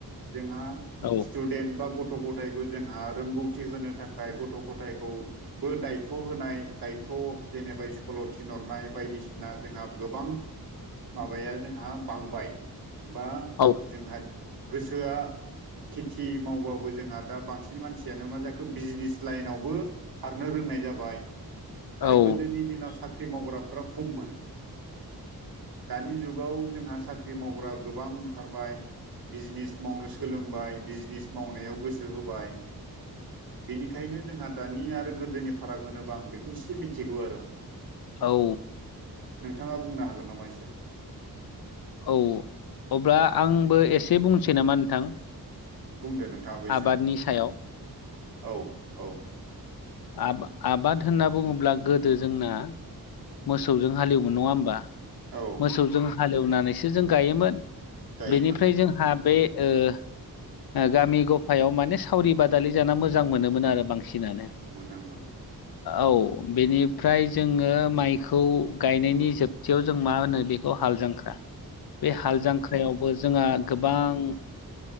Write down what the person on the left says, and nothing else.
औ
औ
औ
ज <unintelligible>
औ
औ अब्ला आंबो एसे बुंसै नामा नोंथां
आबादनि सायाव
आ आबाद होनना बुङोब्ला गोदो जोंना मोसौजों हालेवोमोन नङा होमबा
मोसौजों हालेवनानैसो जों गायोमोन
बेनिफ्राय जोंहा बे ओ गामि गफायाव माने सावरि बादालि जाना मोजां मोनोमोन आरो बांसि नानो
औ बेनिफ्राय जोङो माइखौ गायनायनि जोबथियाव जों मा होनो बेखौ हाल जांख्रा बे हाल जांख्रायावबो जोंहा गोबां